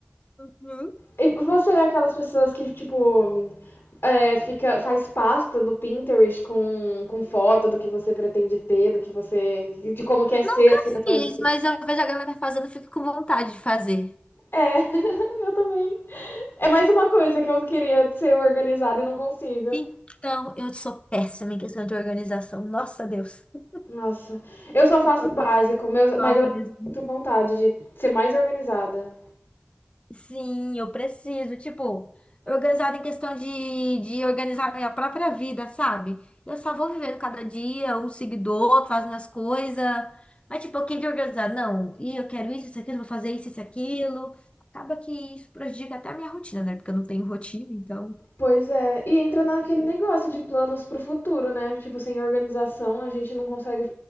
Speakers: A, on the left (about 30°); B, on the left (about 70°).
A: Hum.
B: E você é aquelas pessoas que, tipo, é, fica, faz pasta no Pinterest com, com foto do que você pretende ter, do que você. de como quer ser
A: Nunca
B: assim a
A: fiz,
B: sua vida.
A: mas eu vejo a galera fazendo, eu fico com vontade de fazer.
B: É, <laughs> eu também. É mais uma coisa que eu queria ser organizada e não consigo.
A: Então, eu sou péssima em questão de organização. Nossa, Deus. <laughs>
B: Nossa, eu só faço
A: Tipo, eu
B: o básico, meus-
A: sou
B: mas
A: algo
B: eu
A: mesmo.
B: tenho vontade de ser mais organizada.
A: Sim, eu preciso, tipo, organizada em questão de, de organizar minha própria vida, sabe? Eu só vou vivendo cada dia, um seguidor, fazendo as coisas. Mas, tipo, eu queria organizar, não, e eu quero isso, isso, aquilo, vou fazer isso, isso, aquilo. Acaba que isso prejudica até a minha rotina, né? Porque eu não tenho rotina, então.
B: Pois é, e entra naquele negócio de planos pro futuro, né? Tipo, sem organização a gente não consegue